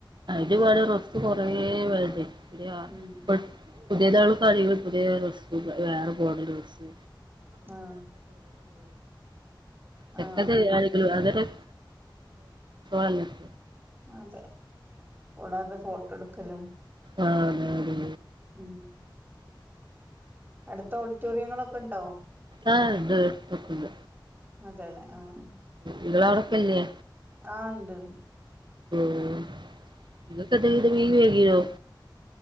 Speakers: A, on the right; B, on the right.
A: അയ്ന് വാണേ റെസ്സ് കൊറേ <unintelligible>
B: ഉം ഉം
A: <unintelligible> ക്കെ വാറെ മാണം റെസ്സ്
B: ആഹ്
A: <unintelligible> ഇല്ല
B: ആഹ് ആഹ്
A: അതെരെ <unintelligible>
B: അതെ കൂടാതെ ഫോട്ടോട്ക്കലും
A: ആതെ ടീ
B: ഉം ഉം അട്ത്ത് ഓഡിറ്റോറിയങ്ങളൊക്കെ ണ്ടോ?
A: അത് പറ്റില്ല
B: അതെല്ലെ ആഹ്
A: നിങ്ങളാടെക്കെല്ലേ
B: ആഹ് ഇണ്ട്
A: ഉം ഇന്ന്പ്പൊ <unintelligible> ങ്ങിന് വെരോ?